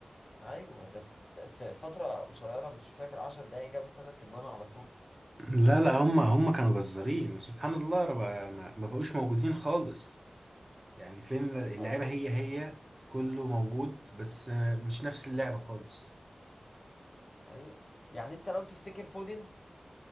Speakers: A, on the left; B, on the right.
A: ايوه ده في في فتره قصيره مش فاكر 10 دقايق جابوا ثلاث اجوان على طول
B: لا لا هم هم كانوا جزارين وسبحان الله رب- ما ما بقوش موجودين خالص يعني فين اللعيبة
A: حقيقه
B: هي هي كله موجود بس مش نفس اللعبة خالص
A: حقيقه يعني انت لو تفتكر فودن